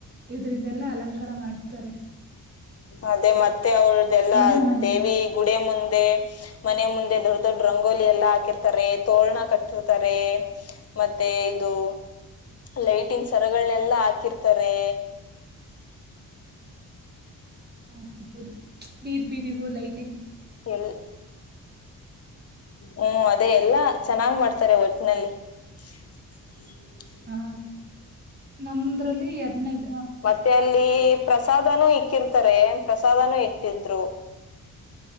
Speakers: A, on the right (about 30°); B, on the left (about 40°).
A: ಇದರಿಂದೆಲ್ಲಾ ಅಲಂಕಾರ ಮಾಡಿರ್ತಾರೆ.
B: ಅದೇ ಮತ್ತೆ ಅವಳ್ದಲ್ಲಾ
A: ಮನೆ ಮನೆ
B: ದೇವಿ. ಗುಡಿ ಮುಂದೆ ಮನೆ ಮುಂದೆ ದೊಡ್ಡ್ ದೊಡ್ಡ್ ರಂಗೋಲಿ ಎಲ್ಲಾ ಹಾಕಿರ್ತಾರೆ ತೋರಣ ಕಟ್ಟಿರ್ತಾರ್ ರೇ ಮತ್ತೆ ಇದು. ಲೈಟಿಂಗ್ಸ್ ಸರಗಳನೆಲ್ಲಾ ಹಾಕಿರ್ತಾರೆ.
A: ಹ ಹೌದು ಬೀದ್ ಬೀದಿಗೂ ಲೈಟ್.
B: ಎಲ್ ಹ್ಮ್ ಅದೇ ಎಲ್ಲಾ ಚೆನ್ನಾಗ್ ಮಾಡ್ತಾರೆ ಒಟ್ನಲ್ಲಿ. <inaudible> <inaudible>
A: ಹಾ ನಮ್ದ್ರಲ್ಲಿ ಎದ್ ನದ್
B: ಮತ್ತೆ ಅಲ್ಲಿ ಪ್ರಸಾದನೂ ಇಕ್ಕಿರ್ತಾರೆ ಪ್ರಸಾದನೂ ಇಟ್ಟಿದ್ರು.